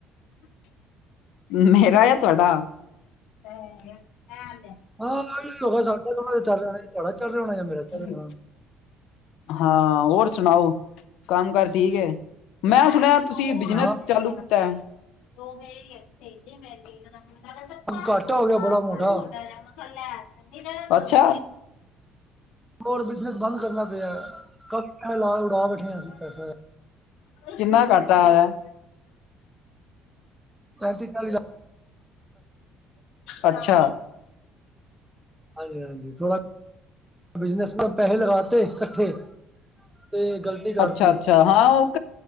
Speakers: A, on the left; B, in the centre.
A: <inaudible> ਮੇਰਾ ਆ ਤੁਹਾਡਾ <inaudible> ਹੈਲੈ
B: ਹਾਂ ਸਾਡਾ ਚੱਲ ਜਾਣਾ ਬੜਾ ਚੱਲ ਜਾ ਹੋਣਾ। ਮੇਰਾ ਚੱਲ
A: ਹੂੰ
B: ਰਿਹਾ ਹੋਣਾ
A: ਹਾਂ ਹੋਰ ਸੁਣਾਓ ਕੰਮ ਕਾਰ ਠੀਕ ਏ ਮੈਂ ਸੁਣਿਆ ਤੁਸੀਂ ਬਿਜਨਸ
B: ਹਾਂ
A: ਚਾਲੂ ਕੀਤਾ। <unintelligible>
B: ਘਾਟਾ ਹੋ ਗਿਆ ਬੜਾ ਮੋਟਾ
A: ਅੱਛਾ
B: ਹੋਰ ਬਿਜਨਸ ਬੰਦ ਕਰਨਾ ਪਿਆ ਕਾਫੀ ਲਾ ਉਡਾ ਬੈਠੇ ਹ ਅਸੀਂ ਪੈਸਾ
A: ਜਿੰਨਾ ਘਾਟਾ ਆਇਆ।
B: ਪੈਂਤੀ ਚਾਲੀ ਲੱਖ
A: ਅੱਛਾ
B: ਹਾਂਜੀ -ਹਾਂਜੀ ਥੋੜ੍ਹਾ ਬਿਜਨਸ ਨਾ ਪੈਹੇ ਲਗਾਤੇ ਕੱਠੇ ਤੇ ਗਲਤੀ ਕਰਤੀ।
A: ਅੱਛਾ ਅੱਛਾ ਹਾਂ ਉਹ